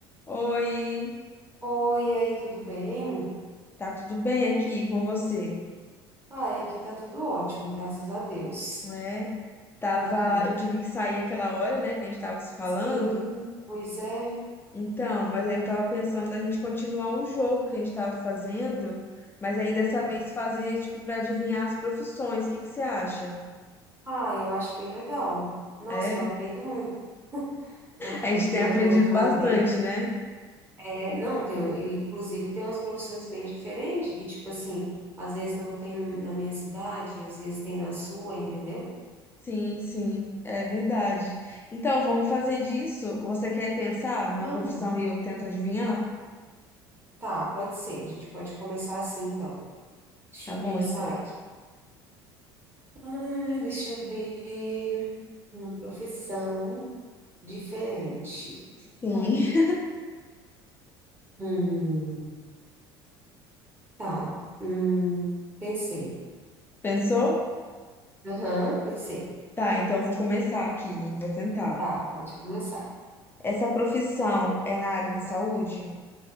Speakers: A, on the left; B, on the right.
A: Oi,
B: Oi, e aí, tudo bem?
A: tá tudo bem aqui com você?
B: Ai, aqui tá tudo ótimo, graças a Deus.
A: É, tava,
B: Aham.
A: eu tive que sair aquela hora, né, que a gente tava se falando.
B: Sim, pois é.
A: Então, mas aí eu tava pensando da gente continuar o jogo que a gente tava fazendo, mas aí
B: Uhum.
A: dessa vez fazer tipo pra adivinhar as profissões. O que que você acha?
B: Ah, eu acho bem legal. Nossa,
A: É,
B: eu aprendo muito. Aham.
A: a gente
B: Tem
A: tem
B: umas
A: aprendido
B: profissões
A: bastante,
B: bem.
A: né?
B: É, não, tem, inclusive tem umas profissões bem diferentes, que, tipo assim, às vezes não tem no- na minha cidade, às vezes tem na sua, entendeu?
A: Sim, sim, é verdade. Então, vamos fazer disso. Você quer pensar numa
B: Vamos.
A: profissão e eu tento adivinhar?
B: Tá, pode ser. A gente pode começar assim, então. Deixa
A: Tá
B: eu
A: bom,
B: pensar
A: então.
B: Ah, deixa eu ver. Uma profissão diferente.
A: Sim.
B: Hum, tá. Hum, pensei.
A: <laughs> Pensou?
B: Aham, pensei.
A: Tá, então eu vou começar aqui, hein? Vou tentar.
B: Tá, pode começar.
A: Essa profissão é na área da saúde?